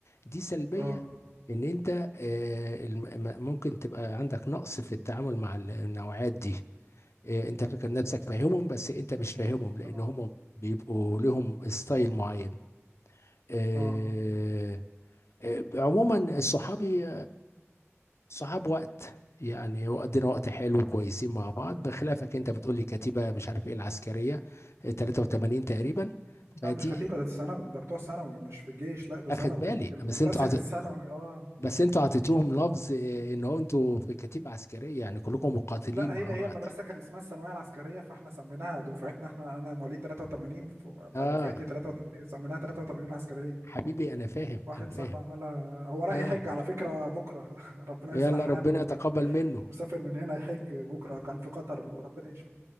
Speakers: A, on the left; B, on the right.
A: دي سلبية
B: اه
A: ان انت آه، الم- م- ممكن تبقى عندك نقص في التعامل مع ال- النوعات دي آه، انت فاكر نفسك فاهمهم بس انت مش فاهمهم لان
B: اه
A: هم بيبقوا لهم ستايل معين آه،
B: اه
A: آه، عموما صحابي صحاب وقت يعني وقضينا وقت حلو كويسين مع بعض بخلافك انت بتقول لي كتيبة مش عارف ايه العسكرية اه، 83 تقريبا فدي
B: لا مش كتيبة ده ثانوي ده بتوع ثانوي مش في الجيش لا ده
A: اخد
B: ثانوي
A: بالي
B: ده
A: بس
B: مدرسة
A: انتوا عط...
B: الثانوي اه
A: بس انتوا عطيتوهم لفظ اه، ان هو انتوا في كتيبة عسكرية يعني كلكم مقاتلين
B: لا
A: مع
B: هي هي
A: بعض
B: المدرسة كان اسمها الثانوية العسكرية فاحنا سميناها دفعتنا احنا انا مواليد 83 ف-
A: اه
B: فدفعتي 83 سميناها 83 عسكرية
A: حبيبي انا فاهم
B: واحد
A: انا فاهم
B: صاحبي عملها هو رايح
A: اه
B: يحج على فكرة بكرة <laughs> ربنا
A: يلا
B: يصلح حاله
A: ربنا يتقبل منه
B: مسافر من هنا يحج بكرة كان في قطر وربنا يشفيه